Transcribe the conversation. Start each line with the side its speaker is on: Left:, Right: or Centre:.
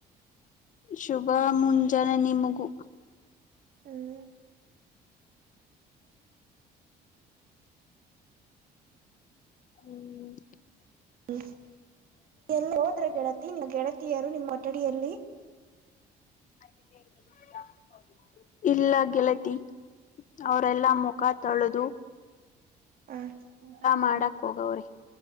Left: ಶುಭ ಮುಂಜಾನೆ ನಿಮಗೂ
Right: ಹೂ. <inaudible>
Left: ಹು. <unintelligible>
Right: ಹು ಎಲ್ಲಿ ಹೋದರಿ ಗೆಳತಿ ನೀವ್ ಗೆಳತಿಯರು ನಿಮ್ಮ ಕೊಠಡಿಯಲ್ಲಿ. <unintelligible>
Left: ಅಡಿಗೆ ಇಲ್ಲ. <unintelligible> ಇಲ್ಲ ಗೆಳತಿ ಅವರೆಲ್ಲಾ ಮುಖ ತೊಳೆದು. <inaudible>
Right: ಹ ಊಟ ಮಾಡಾಕ
Left: ಮಾಡಕ್ ಹೋಗವ್ರಿ
Right: ಹೋಗ್ಯಾರ